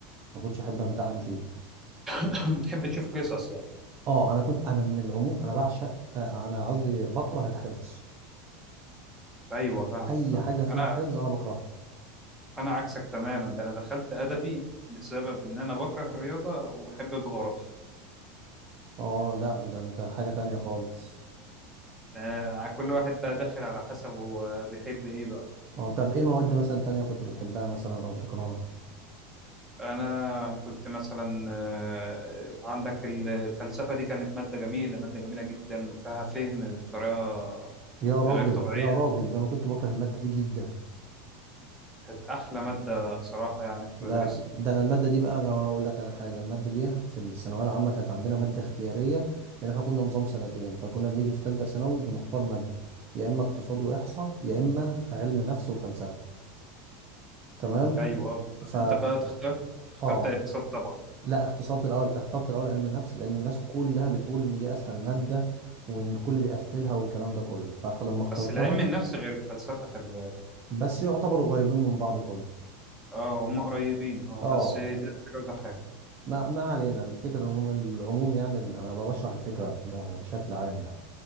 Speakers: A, on the right (about 40°); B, in the centre.
A: ما كنتش احب امتحن فيه
B: <clears throat> بتحب تشوف قصص يعني
A: اه انا كنت انا من العموم انا بعشق آه، انا قصدي بكره الحفظ
B: أيوه فاهمك
A: اي
B: فاهم
A: حاجه فيها
B: أنا
A: حفظ انا بكرهها
B: أنا عكسك تماما ده أنا دخلت أدبي بسبب إن أنا بكره الرياضة وبحب الجغرافيا
A: اه لا ده انت حاجه تانية خالص
B: يعني كل واحد بقى داخل على حسب هو بيحب ايه بقى
A: اه طب ايه مواد مثلا تانية كنت بتحبها مثلا او بتكرهها
B: انا كنت مثلا آه، عندك ال- الفلسفه دي كانت ماده جميله ماده جميله جدا وفيها فهم بطريقه
A: يا راجل
B: غير طبيعيه
A: يا راجل ده انا كنت بكره الماده دي جدا
B: كانت احلى ماده صراحه يعني كنت
A: لا
B: بدرسها
A: ده انا الماده دي بقى انا هقول لك انا حاجه الماده دي في الثانويه العامه كانت عندنا ماده اختياريه لان احنا كنا نظام سنتين فكنا بنيجي في ثالثه ثانوي بنختار ماده يا اما اقتصاد واحصاء يا اما علم نفس وفلسفه تمام
B: ايوه
A: ف
B: انت بقى تختار اخترت
A: اه
B: اقتصاد طبعا
A: لا اختصرت الاول اخترت الاول علم نفس لان الناس كلها بتقول ان دي اسهل ماده والكل بيقفلها والكلام ده كله فلما اخترتها
B: بس العلم النفس غير الفلسفه خلي بالك
A: بس يعتبروا قريبين من بعض كله
B: اه هم قريبين اه
A: اه
B: بس ده حاجه وده حاجه
A: ما ما علينا الفكرة هم العموم يعني اللي أنا بشرح الفكرة ب- بشكل عام يعني